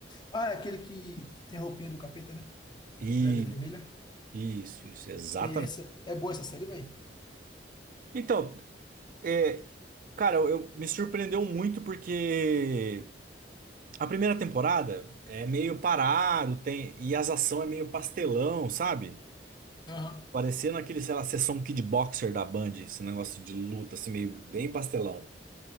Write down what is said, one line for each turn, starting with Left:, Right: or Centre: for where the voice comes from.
Left: Ah, é aquele que, que tem a roupinha do capeta, né?
Right: E
Left: Que ela é vermelha.
Right: isso, isso, exatamente.
Left: E essa, é boa essa série, velho?
Right: Então, é, cara, eu, eu- me surpreendeu muito porque a primeira temporada é meio parado, tem e as ações é meio pastelão, sabe?
Left: Aham,
Right: Parecendo aquele, sei lá, sessão Kid Boxer da Band, esse negócio de luta, assim, meio bem pastelão.